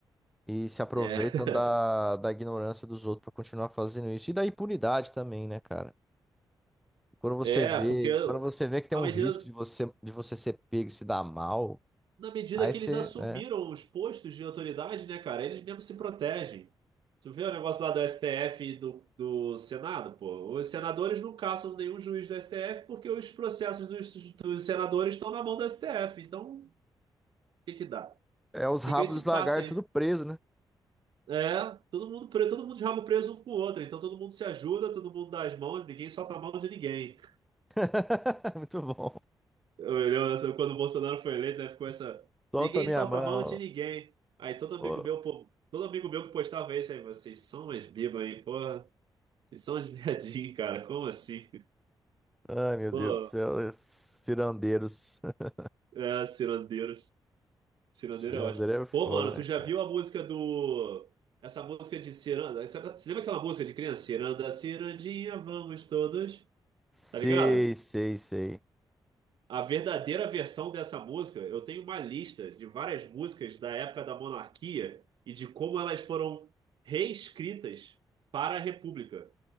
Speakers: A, in the centre; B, on the right.
A: e se aproveitam
B: É.
A: da,
B: <laughs>
A: da ignorância dos outros pra continuar fazendo isso. E da impunidade também, né, cara? Quando você
B: É,
A: vê,
B: porque
A: quando você vê que tem
B: à
A: um
B: medida,
A: risco de você, de você ser pego e se dar mal,
B: na medida
A: aí
B: que
A: você,
B: eles assumiram
A: né?
B: os postos de autoridade, né, cara, eles mesmos se protegem. Tu vê o negócio lá do STF e do, do Senado, pô. Os senadores não caçam nenhum juiz do STF porque os processos dos, dos senadores estão na mão do STF. Então, o que que dá?
A: É os
B: Fica
A: rabos
B: esse
A: dos lagartos
B: passe aí.
A: tudo preso, né?
B: É, todo mundo, pre- todo mundo de rabo preso um com o outro. Então todo mundo se ajuda, todo mundo dá as mãos, ninguém solta a mão de ninguém.
A: <laughs> Muito bom.
B: Eu lembro dessa- quando o Bolsonaro foi eleito, né, ficou essa.
A: Solta
B: Ninguém
A: minha
B: solta
A: mão.
B: a mão de ninguém. Aí todo amigo
A: Ô.
B: meu, pô, todo amigo meu que postava isso aí, vocês são umas bibas, aí Porra, vocês são uns viadinhos, cara. Como assim?
A: Ai, meu
B: Pô,
A: Deus do céu. é Cirandeiros. <laughs>
B: é, cirandeiros. Cirandeiro
A: Cirandeiro
B: é ótimo.
A: é foda,
B: Pô, mano,
A: né,
B: tu já
A: cara?
B: viu a música do. Essa música de ciranda? Essa- Você lembra aquela música de criança? Ciranda, cirandinha, vamos todos.
A: Sei,
B: Tá ligado?
A: sei, sei.
B: A verdadeira versão dessa música, eu tenho uma lista de várias músicas da época da monarquia e de como elas foram reescritas para a República.